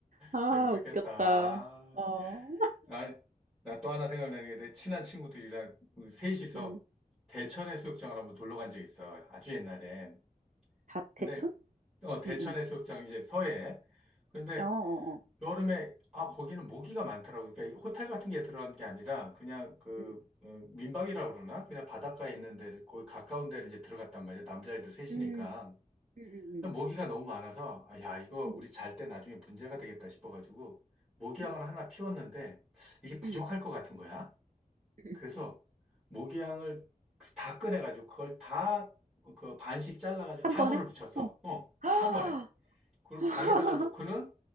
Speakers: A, on the right; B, in the centre.
A: 아,
B: 재밌었겠다.
A: 웃겼다.
B: 아,
A: 어.
B: 나, 나 또 하나 생각나는 게 내 친한 친구들이랑 그 셋이서
A: 음.
B: 대천 해수욕장을 한번 놀러 간 적이 있어. 아주 옛날에.
A: 다,
B: 근데,
A: 대천?
B: 어, 대천
A: 응, 응.
B: 해수욕장 이제 서해. 근데
A: 어, 어, 어.
B: 여름에, 아, 거기는 모기가 많더라고. 그러니까 이 호텔 같은 게 들어간 게 아니라 그냥 그,
A: 음.
B: 어, 민박이라고 그러나? 그냥 바닷가에 있는 데, 거기 가까운 데를 이제 들어갔단 말이야. 남자애들 셋이니까.
A: 음. 응, 응,
B: 모기가 너무 많아서 아, 야 이거 우리
A: 응,
B: 잘 때 나중에 문제가 되겠다 싶어가지고 모기향을
A: 응, 응,
B: 하나 피웠는데 이게 부족할
A: 응.
B: 것 같은 거야.
A: 응.
B: 그래서 모기향을 그- 다 꺼내가지고 그걸 다 그 반씩 잘라가지고
A: 한
B: 다
A: 번에?
B: 불을 붙였어.
A: 어.
B: 어,
A: <gasps> 아,
B: 한 번에. 그리고
A: <laughs>
B: 방에다가 놓고는